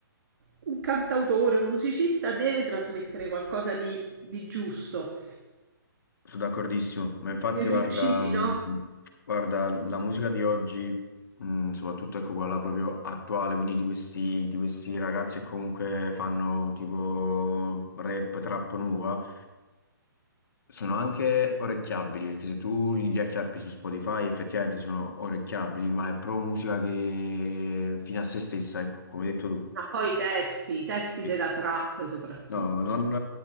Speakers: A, on the right (about 55°); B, on the left (about 60°).
A: un cantautore, un musicista deve trasmettere qualcosa di, di giusto,
B: Sono d'accordissimo, ma infatti
A: dei
B: Eh,
A: principi,
B: guarda, mh,
A: no?
B: guarda, la musica di oggi, mh, soprattutto ecco quella là proprio attuale, quindi di questi, di questi ragazzi che comunque fanno tipo rap, trap nuova, sono anche orecchiabili, perché se tu li acchiappi su Spotify effettivamente sono orecchiabili, ma è proprio musica che fino a se stessa, ecco, come hai detto tu.
A: Ma poi i testi, i testi
B: Sì.
A: della trap soprattutto.
B: No, non,